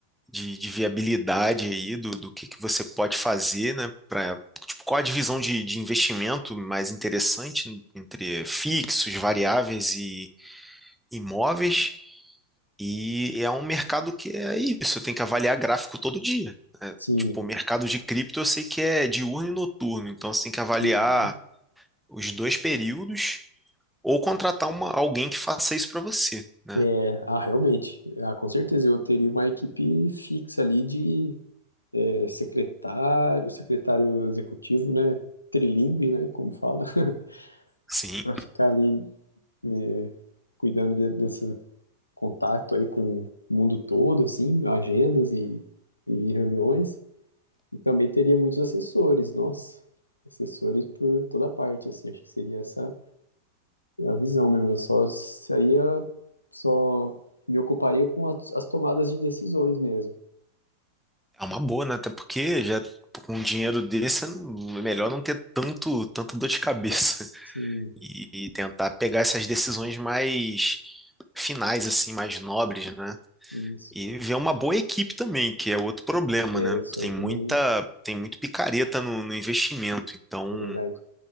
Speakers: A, in the centre; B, on the left (about 85°).
A: de, de viabilidade aí do, do que, que você pode fazer, né? Pra, tipo, qual a divisão de, de investimento mais interessante entre fixos, variáveis e imóveis? E é um mercado que é isso, eu tenho que avaliar gráfico todo dia. né?
B: Sim.
A: Tipo, o mercado de cripto eu sei que é diurno e noturno, então você tem que avaliar
B: Uhum.
A: os dois períodos ou contratar uma, alguém que faça isso para você, né?
B: É, ah, realmente. Ah, com certeza eu teria uma equipe fixa ali de é, secretário, secretário executivo, né? Trilingue, né? Como fala, <laughs>
A: Sim,
B: para ficar ali é, cuidando de, dessa- contato aí com o mundo todo, assim, agendas e, e reuniões. E também teria muitos assessores, nossa, assessores por toda parte, assim, acho que seria essa a visão mesmo. Eu só seria, só me ocuparia com as, as tomadas de decisões mesmo.
A: É uma boa, né? Até porque já com um dinheiro desse é melhor não ter tanto, tanto dor de cabeça
B: Sim,
A: <laughs> e, e tentar pegar essas decisões mais finais, assim, mais nobres, né?
B: isso.
A: E ver uma boa equipe também, que é outro problema,
B: É,
A: né?
B: isso
A: Tem
B: aí também
A: muita, tem muito picareta no, no investimento, então
B: é verdade.